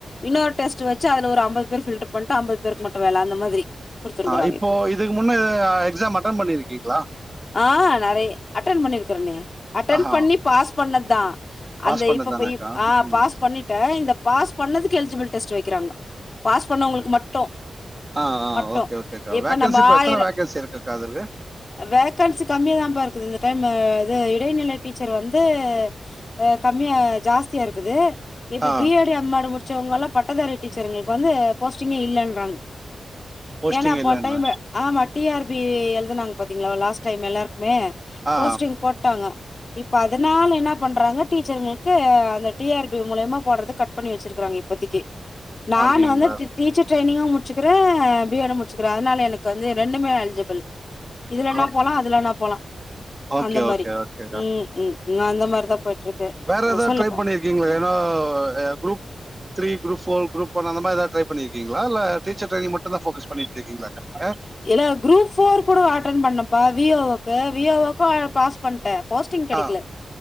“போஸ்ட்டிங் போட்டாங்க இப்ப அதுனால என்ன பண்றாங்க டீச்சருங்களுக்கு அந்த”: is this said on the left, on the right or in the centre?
Left